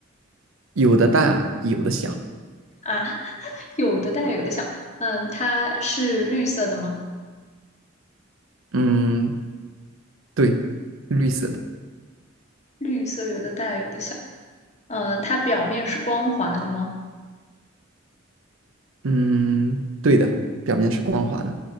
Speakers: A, on the right; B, on the left.
A: 有的大，有的小。
B: 啊，有的大有的小。嗯，它是绿色的吗？
A: 嗯，对，绿色的。
B: 绿色有的大有的小。嗯，它表面是光滑的吗？
A: 嗯，对的，表面是光滑的。